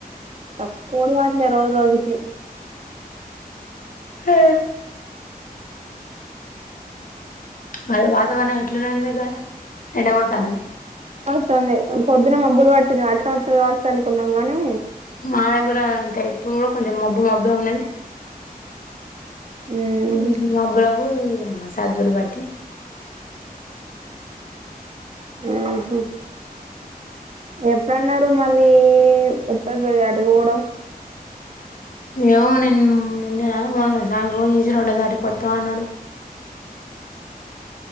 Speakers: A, on the right (about 45°); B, on the left (about 60°).
A: నా కోడి వాట్లే రోజు రోజుకి
B: హ్మ మరి వాతావరణం ఎట్లున్నాయి కథ ఎండ కొడతందా
A: వస్తుంది పొద్దున మబ్బులు పట్టినా వర్షం వస్తాది కావచ్చు అనుకున్నాం గానీ
B: మా దగ్గర అంతే ఇప్పుడు కూడా కొంచెం మబ్బు మబ్బే ఉన్నది
A: మ్మ్
B: ఈ మాబ్బులకు ఇమ్మ సర్దులు బటి
A: మ్మ్ హ్మ్ ఎప్పుడన్నారు మళ్ళీ ఉప్పరి పెళ అటు పోవడం
B: ఏమో నిన్న నిన్నన మొన్నాన సాలా రోజులకీ చేసి రెండో తారీకు కొత్తం అన్నాడు